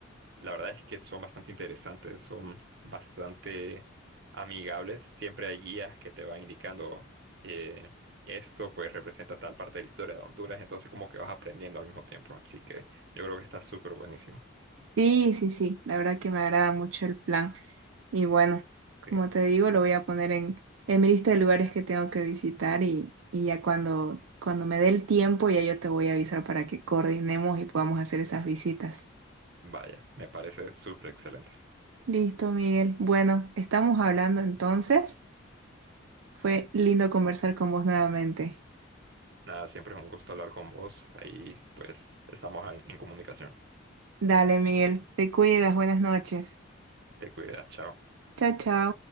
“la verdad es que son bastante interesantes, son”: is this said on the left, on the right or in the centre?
Right